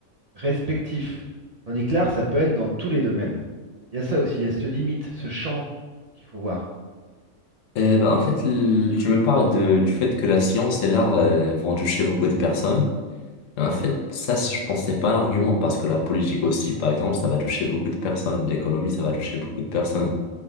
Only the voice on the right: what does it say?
respectif. Tandis que l'art, ça peut être dans tous les domaines. Il y a ça aussi, il y a cette limite, ce champ qu'il faut voir.